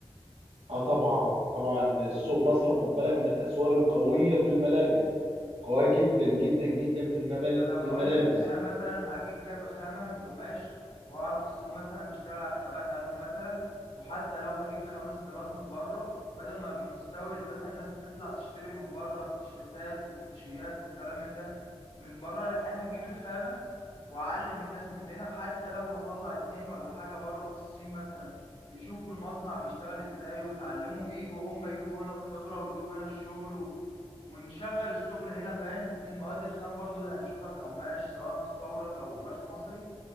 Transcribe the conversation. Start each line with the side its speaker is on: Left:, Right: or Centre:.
Right: اه طبعا طبعا سوق مصر خد بالك من الاسواق القويه في الملابس قويه جدا جدا جدا في المبل...
Left: ما انا
Right: في
Left: بقول
Right: الملابس
Left: لك ان انا مثلا هجيب كذا خامه من القماش واعرف السوق مثلا بيشتغل على خامات انه مثلا وحتى لو هجيب خمس استيراد من بره بدل ما المستورد مثلا الناس بتطلع تشتري من بره التيشيرتات والكوتشيات والكلام من ده من بره لا انا هجيب الخامه واعلم الناس من هنا حتى لو هطلع اتنين ولا حاجه بره في الصين مثلا يشوفوا المصنع بيشتغل ازاي ويتعلموا وييجوا هم يجيبوا هنا الخبره ويجيبوا هنا الشغل ونشغل الشغل هنا فاهم من المواد الخام برضو اللي هنشوفها كقماش سواء مستورد او قماش مصري